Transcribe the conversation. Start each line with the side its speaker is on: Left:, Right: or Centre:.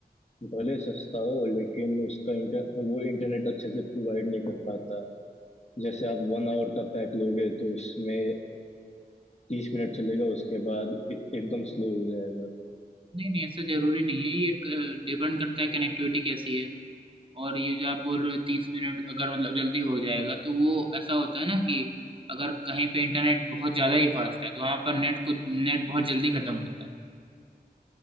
Left: भले सस्ता हो लेकिन उसका इंटर वो इंटरनेट अच्छे से प्रोवाइड नहीं कर पाता जैसे आप वन आवर का पैक लोगे तो उसमें तीस मिनट चलेगा उसके बाद एक- एकदम स्लो हो जाएगा
Right: नहीं नहीं ऐसा ज़रूरी नहीं है ये डिपेंड करता है कनेक्टिविटी कैसी है और ये जो आप बोल रहे हो तीस मिनट अगर मतलब जल्दी हो जाएगा तो वो ऐसा होता है ना कि अगर कहीं पे इंटरनेट बहुत ज़्यादा ही फास्ट है तो वहाँ पर नेट को नेट बहुत जल्दी खत्म होता है